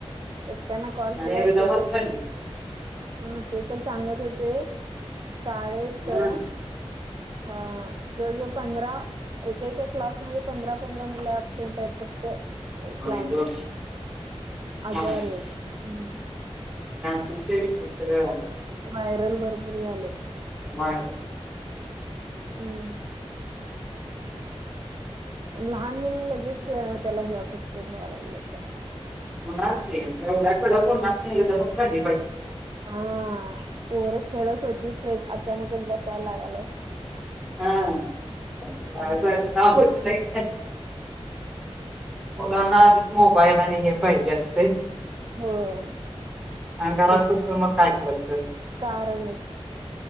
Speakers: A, on the right (about 45°); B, in the centre.
A: एकट्याना कॉल
B: आणि
A: केल्यावर
B: एकदमच
A: तर
B: थंडी
A: ह ते तर सांगत होते शाळेत
B: हा
A: अ जवळ जवळ पंधरा एका एका क्लासमध्येध्ये पंधरा पंधरा मुलं अबसेंट आहेत फक्त क्लायमेट
B: आणि तो-
A: आजारी
B: मग-
A: आहेत हम्
B: कशे वि चित्र
A: व्हायरल भरपूर झाले
B: वा
A: हम्म लहान मुलं लगेच त्याला हे अफेक्टेड व्हाय लागलं
B: ाकूनवस्
A: हा पोर खेळत होती ते अचानकच बसायला लागलय
B: हा
A: हम्म
B: मुगांना आधीच मोबाईल आणि हे पाहिजे असते
A: होय ते
B: आणि घरातसून
A: तर
B: मग, काय करायचं.
A: कारणच,